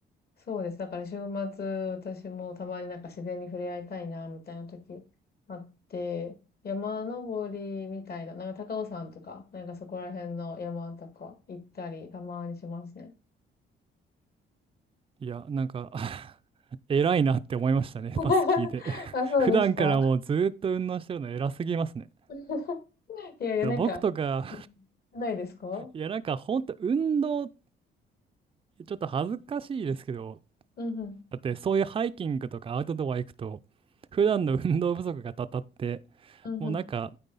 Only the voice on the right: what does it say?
いや、なんか <laughs> 偉いなって思いましたね、
パス聞いて。
<laughs>
普段からもうずーっと運動してるの偉すぎますね。だか
ら僕とか、
いや、なんかほんと運動、ちょっと恥ずかしいですけど、
だってそういうハイキングとかアウトドア行くと、普段の運動不足がたたって、
もうなんか、